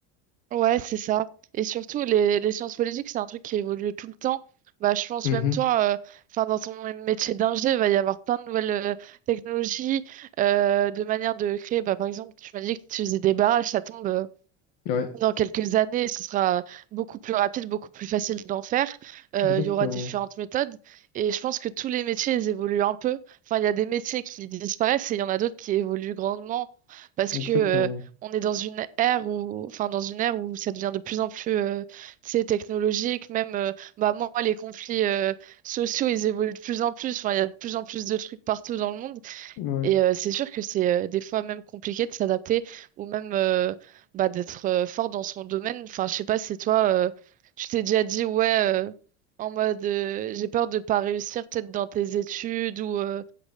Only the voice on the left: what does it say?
Mhm.
Ouais,
exactement,
exactement.
Ouais.